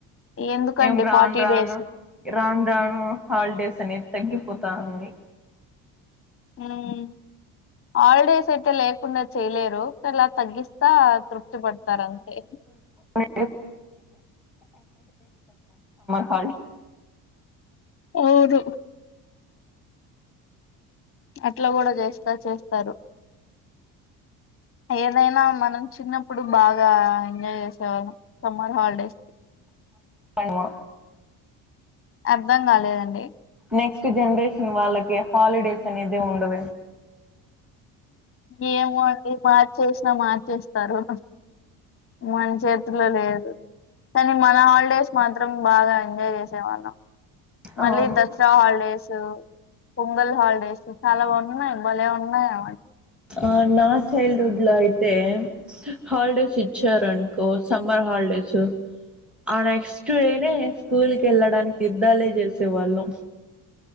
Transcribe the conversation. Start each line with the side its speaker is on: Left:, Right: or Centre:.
Left: ఎందుకండి
Centre: ఏం రాను
Left: ఫార్టీ
Centre: రాను
Left: డేస్
Centre: రాన్ రాను హాలిడేస్ అని తగ్గిపోతా అంది
Left: ఉమ్ హాలిడేస్ అయితే లేకుండా చేయలేరు ఇలా తగ్గిస్తే అంత తృప్తి పడతారంతే
Centre: మ హ
Left: అవ్వదు అట్లా కూడా చేస్తా చేస్తారు ఏదైనా మనం చిన్నప్పుడు బాగా ఎంజాయ్ చేసేవాళ్ళం సమ్మర్ హాలిడేస్ కి
Centre: అనివా
Left: అర్ధం కాలేదండి
Centre: నెక్స్ట్ జనరేషన్ వాళ్ళకి హాలిడేస్ అనేది ఉండదు
Left: ఏమో అండి మార్చేసినా మార్చేస్తారు మన చేతులో లేదు కానీ మన హాలిడేస్ మాత్రం బాగా ఎంజాయ్ చేసేవాళ్ళం మళ్ళీ
Centre: అవును
Left: దసరా హాలిడేస్ పొంగల్ హాలిడేస్ చాలా బాగున్నాయి బలే ఉన్నాయా
Centre: ఆ నా చైల్డ్హుడ్ లో అయితే హాలిడేస్ ఇచ్చారనుకో సమ్మర్ హాలిడేసు ఆ నెక్స్ట్ డేనే స్కూల్ కెళ్ళడానికి యుద్దాలే చేసే వాళ్ళం